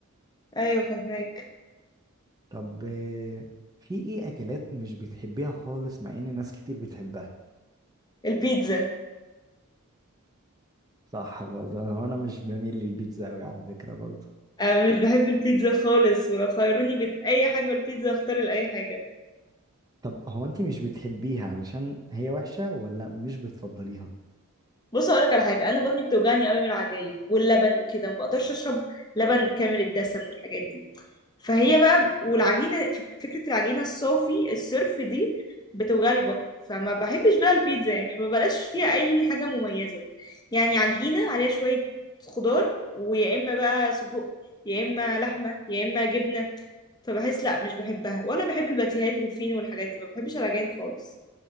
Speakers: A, on the left; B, on the right.
A: ايوه فهماك
B: طب آه، في ايه اكلات مش بتحبيها خالص مع ان ناس كتير بتحبها
A: البيتزا
B: صح برضه انا انا مش بميل للبيتزا قوي على فكرة برضه
A: انا مش بحب البيتزا خالص ولو خيروني بين اي حاجه والبيتزا اختار لاي حاجه
B: طب هو انت مش بتحبيها علشان هي وحشة ولا مش بتفضليها
A: بص اقول لك على حاجه انا بطني بتوجعني قوي من العجاين واللبن وكده ما بقدرش اشرب لبن كامل الدسم والحاجات دي فهي بقى والعجينه فك- فكره العجينه الصافي الصرف دي بتوجع لي بطني فما بحبش بقى البيتزا يعني ما بلاش فيها اي حاجه مميزه يعني عجينه عليها شويه خضار ويا اما بقى سجق يا اما لحمه يا اما جبنه فبحس لا مش بحبها ولا بحب الباتيهات والفينو والحاجات دي ما بحبش العجائن خالص